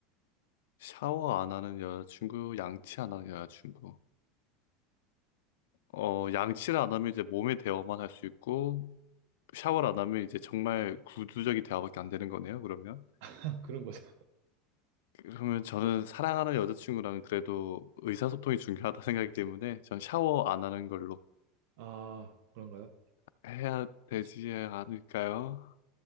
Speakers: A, on the left (about 80°); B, on the right (about 55°).
A: 샤워 안 하는 여자친구, 양치 안 하는 여자친구. 어, 양치를 안 하면 이제 몸에 대어만 할 수 있고, 샤워를 안 하면 이제 정말 구두적인 대화밖에 안 되는 거네요, 그러면.
B: <laughs> 그런 거죠.
A: 그러면 저는 사랑하는 여자친구랑 그래도 의사소통이 중요하다 <laughs> 생각이기 때문에 전 샤워 안 하는 걸로
B: 아, 그런가요?
A: 해야 되지
B: 그쵸.
A: 않을까요?